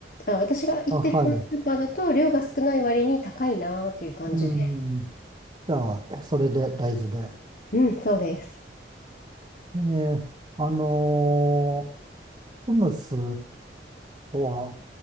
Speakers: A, on the left; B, on the right.
A: あ、私が行ってるそのスーパーだと、
B: あ、はい。
A: 量が少ない割に高いなーっていう感じで。
B: うん。じゃあ、それで大豆で。
A: うん、そうです。
B: えーあのーフムス、とは、